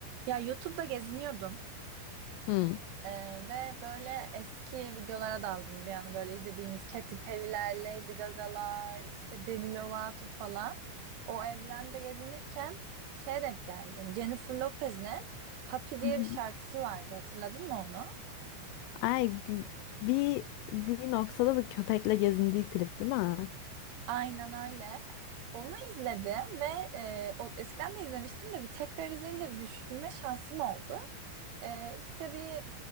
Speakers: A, on the right; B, on the left.
A: Ya YouTube'da geziniyordum
B: Hı.
A: Ee, ve böyle eski videolara daldım bir an böyle izlediğimiz Katy Perry'ler, Lady Gaga'lar, işte Demi Lovato falan. O evrende gezinirken şeye denk geldim. Jennifer Lopez'in Papi diye
B: Hı hı.
A: bir şarkısı vardı. Hatırladın mı onu?
B: Ay gü- bir bir noktada bir köpekle gezindiği klip değil mi?
A: Aynen öyle. Onu izledim ve e, o, eskiden de izlemiştim de bir tekrar izleyince düşünme şansım oldu. E, işte bir